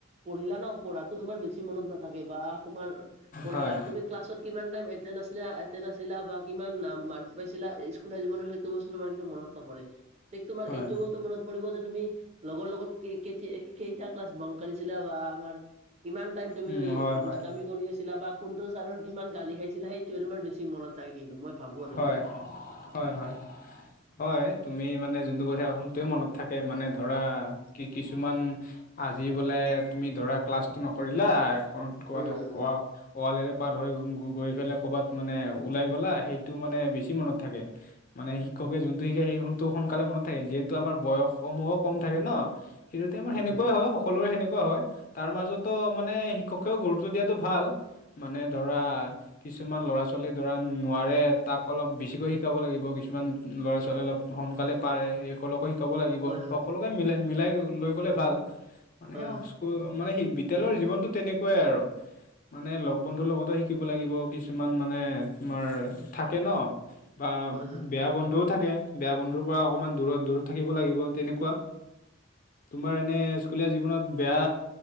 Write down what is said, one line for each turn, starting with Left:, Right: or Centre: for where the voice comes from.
Right: পঢ়িলা ন পঢ়া টো তোমাৰ বেছি মনত নাথাকে বা তোমাৰ পঢ়া
Left: হয়,
Right: তুমি ক্লাছত কিমান টাইম এটেন আছিলা এটেন আছিলা বা কিমান নাম মাৰ্ক পাইছিলা কোলা জীৱনৰ সেইটো বস্তু তোমাৰ কিন্তু মত নপৰে এই তোমাৰ
Left: হয়,
Right: এইটো বস্তু মনত কৰিব যে তুমি লগৰ লগত কে কেতি কেইটা ক্লাছ বং কাৰিছিলা বা আমাৰ কিমান টাইম তুমি
Left: উম, হয়, হয়,
Right: দুস্তামি কৰি আছিলা বা কোনটো ছাৰৰ কিমান গালি খাইছিলা সেইটোয়ে তোমাৰ বেছি মনত থাকে কিন্তু মই ভাবো আৰু
Left: হয়,
Right: এইটো
Left: হয় হয় হয় তুমি মানে যোনটো কথা সোনটোৱে মনত থাকে মানে
Right: উম
Left: ধৰা কি কিছুমান আজি বোলে তুমি ধৰা ক্লাছটো নকৰিলা ক কোৱাটো
Right: উম
Left: কোৱা ৱালেৰে পাৰ হৈ গ গৈ পেলাই কৰবাত মানে ওলাই গ'লা সেইটো মানে বেছি মনত থাকে মানে শিক্ষকে যোনটো শিকাই সেইকণ টো সোনকালে মনত থাকে যিহেতু আমাৰ বয়সসমূহো কম থাকে ন সেইটো টাইমত
Right: উম
Left: সেনেকুৱাই হয় সকলোৰে সেনেকুৱা হয় তাৰ মাজতো মানে শিক্ষক কেও গুৰুত্ব দিয়াটো ভাল মানে ধৰা কিছুমান ল'ৰা ছোৱালী ধৰা নোৱাৰে তাক অলপ বেছিকৈ শিকাব লাগিব কিছুমান ল'ৰা ছোৱালী অলপ সোনকালে পাৰে সেইসকলক কৈ শিকাব লাগিব
Right: হয় হয়
Left: সকলোকে মিলাই মিলাই লৈ গ'লে ভাল মানে
Right: হয়
Left: মানে সেই বিদ্যালয়ৰ জীৱনতটো তেনেকুৱাই আৰু মানে লগ বন্ধুৰ লগতো শিকিব লাগিব কিছুমান মানে তোমাৰ থা থাকে ন বা
Right: হয় হয় হয়
Left: বেয়া বন্ধুও থাকে বেয়া বন্ধুৰ পৰা অকণমান দূৰত দূৰত থাকিব লাগিব তেনেকুৱা তোমাৰ এনে স্কুলীয়া জীৱনত বেয়া